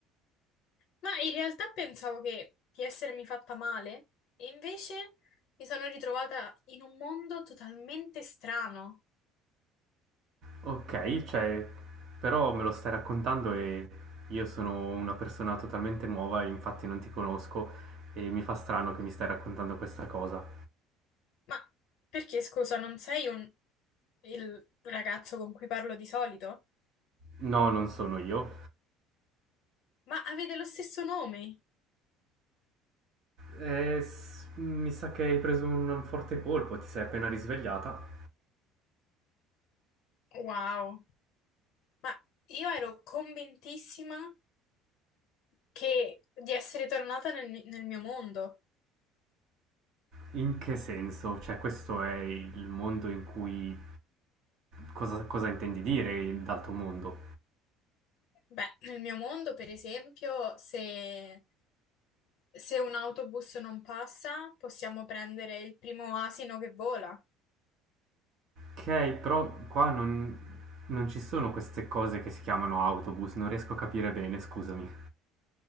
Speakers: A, on the left; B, on the right.
A: Ma in realtà pensavo che, di essermi fatta male e invece mi sono ritrovata in un mondo totalmente strano.
B: Ok, cioè... Però me lo stai raccontando e io sono una persona totalmente nuova e infatti non ti conosco e mi fa strano che mi stai raccontando questa cosa.
A: Ma perché, scusa, non sei un... il ragazzo con cui parlo di solito?
B: No, non sono io.
A: Ma avete lo stesso nome?
B: Eh, s- mi sa che hai preso un forte colpo, ti sei appena risvegliata.
A: Wow. Ma io ero convintissima che... di essere tornata nel, mi- nel mio mondo.
B: In che senso? Cioè, questo è il mondo in cui... Cosa, cosa intendi dire il- d'altro mondo?
A: Beh, nel mio mondo, per esempio, se... se un autobus non passa, possiamo prendere il primo asino che vola.
B: Ok, però qua non, non ci sono queste cose che si chiamano autobus, non riesco a capire bene, scusami.